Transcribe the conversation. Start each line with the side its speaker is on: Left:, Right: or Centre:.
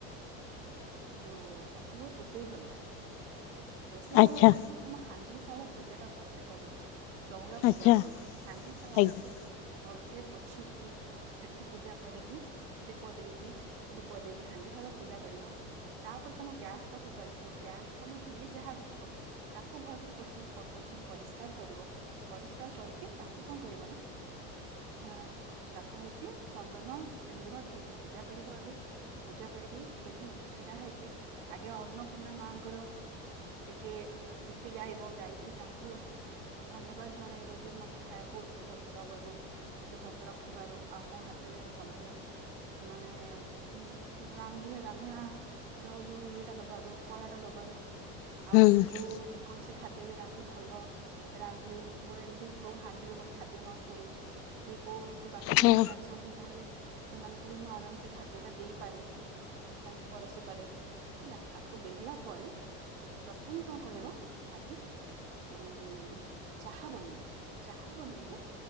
Right: ଯୋଉ ଆସିବ ଶୋଷେଇ ଘରକୁ। ରୋଷେଇ ଘରୁ
Left: ଆଚ୍ଛା
Right: ଆସିକି ତମ ହାଣ୍ଡି ଶାଳ ପୂଜା ଟା ଭଲ୍ସେ କରିବ। ଚଉରା ପୂଜା
Left: ଆଚ୍ଛା
Right: କରିବ ହାଣ୍ଡି ଶାଳ
Left: ଆଜ୍ଞା
Right: ଟାକୁ ଭଲସେ ପୋଛିକି ସେଠି ପୂଜା କରିକି ଦୀପ ଦେଇକି ଧୂପ ଦେଇକି ହାଣ୍ଡି ଶାଳ ପୂଜା କରିବ ତାପରେ ତମ ଗ୍ୟାସ୍ ପାଖକୁ ଆସିବ ଗ୍ୟାସ୍ ତମ ଚୁଲି ଯାହା ବି ଥିବ ତାକୁ ଭଲସେ ପଚ ପୋଛିି ପରିଷ୍କାର କରିବ ପରିଷ୍କାର କରିକି ତାକୁ କଣ କରିବ ନା ଅ ତାକୁ ହଉଛି ଚନ୍ଦନ ସିନ୍ଦୁର ଦେଇକି ପୂଜା କରିବ ଆଗେ ପୂଜା କରିକି ସେଇଠି ଛିଡା ହେଇକି ଆଗେ ଅନ୍ନପୂର୍ଣ୍ଣା ମାଙ୍କର। ଟିକେ ସ୍ତୁତି ଗାଇବ ଗାଇକି ତାଙ୍କୁ ଧନ୍ୟବାଦ ଜଣେଇବ ଯେ ମତେ ଖାଇବାକୁ ଏତେ ଭଲସେ ଦବାରୁ ଏତେ ଭଲସ ରଖିବାରୁ ଆଉ ମୋ ହାତରେ ଏତେ ଭଲ ଭଲ ମାନେ ଉ ରାନ୍ଧିଅ ରାନ୍ଧଣା ର ଯୋଉ ଇଏଟା ଦବାରୁ କଳାଟା ଦବାରୁ ଆଉ
Left: ହୁଁ
Right: ମୁଁ ଯୋଉ ଯେକୌଣସି ଖାଦ୍ୟ ବି ରାନ୍ଧେ ଭଲ ରାନ୍ଧେ ମୋର ଏମିତି ହଉ ହାଣ୍ଡିରୁ ମୋର ଖାଦ୍ୟ ନସରୁ ଯଦି କୌଣସି ବାଟ ଭିକାରୀ
Left: ହୁଁ
Right: ଆସନ୍ତୁ। ତାହେଲେ ସେମାନଙ୍କୁ ବି ମୁଁ ଆରାମ ସେ ଖାଦ୍ୟ ଟା ଦେଇପାରେ। ତାଙ୍କୁ ପରସିିପାରେ ହେଲା ଆକୁ ଦେଲା ପରେ ପ୍ରଥମେ କଣ କରିବ? ଉ ଚାହା ବନେଇବ ଚାହା ବନେଇକି